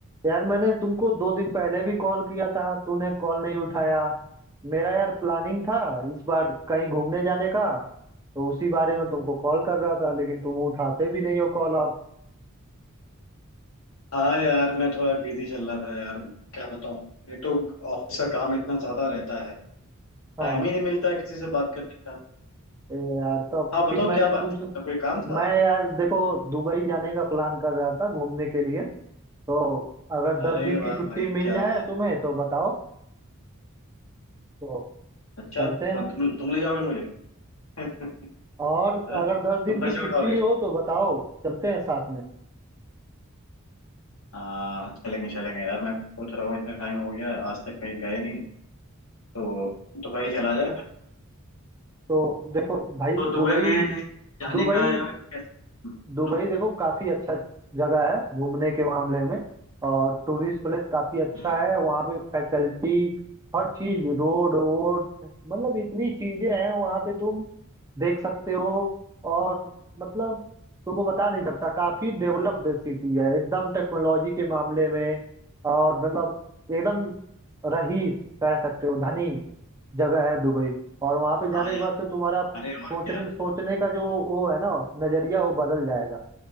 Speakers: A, on the right; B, on the left.
A: यार मैंने तुमको दो दिन पहले भी कॉल किया था तूने कॉल नहीं उठाया मेरा यार प्लानिंग था इस बार कहीं घूमने जाने का तो उसी बारे में तुमको कॉल कर रहा था लेकिन तुम उठाते भी नहीं हो कॉल अब
B: हाँ यार मैं थोड़ा बिजी चल रहा था यार क्या बताऊँ ये तो ऑफिस का काम इतना ज्यादा रहता है टाइम
A: हाँ
B: ही नहीं मिलता है किसी से बात करने का
A: ए यार तब
B: हाँ बताओ
A: फिर मैंने
B: क्या बात
A: तुमसे
B: थी मतलब कोई काम था
A: मैं यार देखो दुबई जाने का प्लान कर रहा था घूमने के लिए तो अगर दस
B: अरे
A: दिन की
B: वाह
A: छुट्टी
B: भाई
A: मिल
B: क्या
A: जाए
B: बात
A: तुम्हें तो बताओ तो
B: है अच्छा
A: चलते हैं
B: कौन तुम तुम ले जाओगे मुझे <laughs>
A: और अगर
B: हाँ?
A: दस दिन
B: तुम
A: की
B: खर्चा
A: छुट्टी
B: उठाओगे
A: हो तो बताओ चलते हैं साथ में
B: हाँ चलेंगे चलेंगे यार मैं सोच रहा हूँ इतना टाइम हो गया आज तक कहीं गए नहीं तो दुबई चला जाए
A: तो देखो भाई
B: तो दुबई
A: दुबई
B: में जाने
A: दुबई
B: का यार कैसा मतलब
A: दुबई देखो काफी अच्छा जगह है घूमने के मामले में और टूरिस्ट प्लेस काफी अच्छा
B: हम्म,
A: है वहाँ पे फैसिलिटी हर चीज रोड वोड मतलब इतनी चीजें हैं वहाँ पे तुम देख सकते हो और मतलब तुमको बता नहीं सकता काफी डेवलप्ड सिटी है एकदम टेक्नोलॉजी के मामले में और मतलब एकदम रईस कह सकते हो धनी जगह है दुबई और वहां पे जाने
B: हाँ यार
A: के बाद से तुम्हारा
B: अरे और
A: सोचने
B: क्या
A: सोचने का जो वो है ना नजरिया वो बदल जाएगा